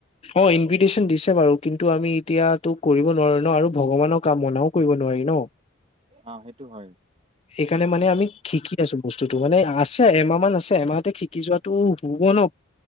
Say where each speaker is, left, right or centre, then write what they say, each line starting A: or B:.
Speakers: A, on the left; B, on the right.
A: অ ইনভিটেশচন দিছে বাৰু। কিন্তু আমি এতিয়াতো কৰিব নোৱাৰো ন আৰু ভগৱানৰ কামনাও কৰিব নোৱাৰি ন।
B: অ সেইটো হয়
A: সেইকাৰণে মানে আমি শিকি আছো। বস্তুটো মানে আছে এমাহ মান আছে, এমাহতে শিকি যোৱাটো হ'ব ন?